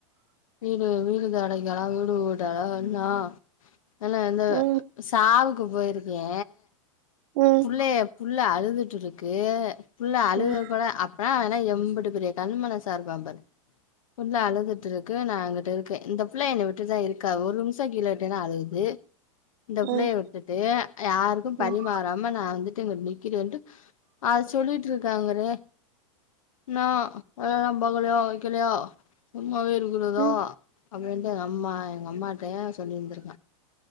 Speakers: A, on the left; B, on the right.
A: வீடு வீடு தொடைக்கலா வீடு கூட்டலா என்னா எல எந்தவ
B: ம்
A: சாவுக்கு போயிருக்கே
B: ம்
A: புள்ளைய புள்ள அழுதுட்டுருக்கு புள்ள அழுக
B: ம்
A: கூட அப் பனா அவன்லா எம்புட்டு பெரிய கல் மனசா இருப்பாம்பாரு புள்ள அழுதுட்டுருக் கு நா இங்குட்டு இருக்கே இந்த புள்ள என்னைய விட்டுட்தா இருக்காத் ஒரு நிம்ஷ கீழ விட்டேன்னா அழுகுது இந்தப்புள்ளைய
B: ம்
A: விட்டுட்டு யாருக்கு பரிமாறாம
B: ம்
A: நா வந்துட்டு இங்க நிக்கிறேன்ட்டு அது சொல்லிட்ருக்காங்கறே இன்னா வேலெல்லாம் பாக்கலையா வெக்கலையா சும்மாவே இருக்குறதா
B: ம்
A: அப்டின்ட்டு எங்க அம்மா எங்கம்மாட்டயு சொல்லிந்திருக்கா